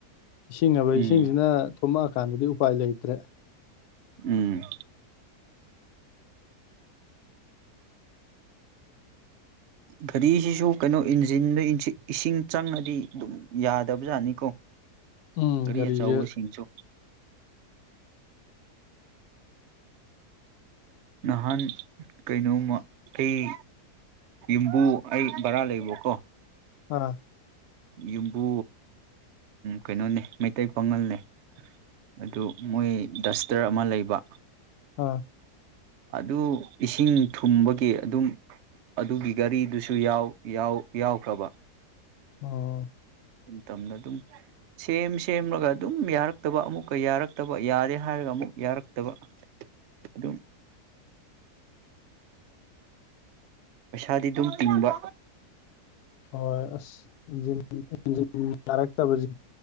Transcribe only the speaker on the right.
ꯎꯝ
ꯎꯝ ꯒꯥꯔꯤꯁꯤꯁꯨ ꯀꯩꯅꯣ ꯏꯟꯖꯤꯟꯗ ꯏꯁꯤꯡ ꯆꯪꯉꯗꯤ ꯑꯗꯨꯝ ꯌꯥꯗꯕꯖꯥꯠꯅꯤꯀꯣ
ꯒꯥꯔꯤ
ꯑꯆꯧꯕ ꯁꯤꯡꯁꯨ ꯅꯍꯥꯟ ꯀꯩꯅꯣꯃ ꯑꯩ ꯌꯨꯝꯕꯨ ꯑꯩ ꯕꯔꯥ ꯂꯩꯕꯀꯣ
ꯌꯨꯝꯕꯨ ꯀꯩꯅꯣꯅꯦ ꯃꯩꯇꯩ ꯄꯥꯉꯜꯅꯦ ꯑꯗꯨ ꯃꯣꯏ ꯗꯁꯇꯔ ꯑꯃ ꯂꯩꯕ
ꯑꯗꯨ ꯏꯁꯤꯡ ꯊꯨꯝꯕꯒꯤ ꯑꯗꯨꯝ ꯑꯗꯨꯒꯤ ꯒꯥꯔꯤꯗꯨꯁꯨ ꯌꯥꯎ ꯌꯥꯎ ꯌꯥꯎꯈ꯭ꯔꯕ
ꯇꯝꯅ ꯑꯗꯨꯝ ꯁꯦꯝ ꯁꯦꯝꯃꯒ ꯑꯗꯨꯝ ꯌꯥꯔꯛꯇꯕ ꯑꯃꯨꯛꯀ ꯌꯥꯔꯛꯇꯕ ꯌꯥꯔꯦ ꯍꯥꯏꯔꯒ ꯑꯃꯨꯛ ꯌꯥꯔꯛꯇꯕ ꯑꯗꯨꯝ ꯄꯩꯁꯥꯗꯤ ꯑꯗꯨꯝ ꯇꯤꯡꯕ